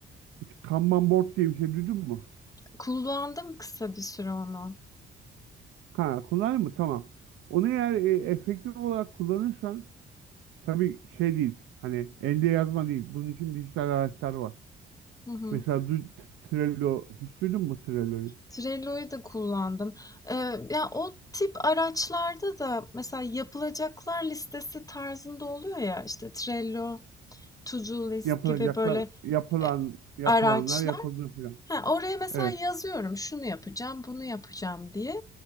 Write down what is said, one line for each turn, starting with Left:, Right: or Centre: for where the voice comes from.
Right: Hiç Kanban board diye bir şey duydun mu?
Left: Kullandım kısa bir süre onu.
Right: Ha, kullanır mı? Tamam. Onu eğer e, efektif olarak kullanırsan tabii şey değil. Hani elde yazma değil. Bunun için dijital araçlar var.
Left: Hı hı.
Right: Mesela du- t- Trello hiç duydun mu Trello'yu?
Left: Trello'yu da kullandım. Eee, ya, o tip araçlarda da mesela yapılacaklar listesi tarzında oluyor ya, işte, Trello, To Do List
Right: Yapılacaklar,
Left: gibi böyle,
Right: yapılan
Left: eee,
Right: yapılanlar
Left: araçlar.
Right: yapıldı falan.
Left: He, oraya mesela
Right: Evet.
Left: yazıyorum, şunu yapacağım, bunu yapacağım diye.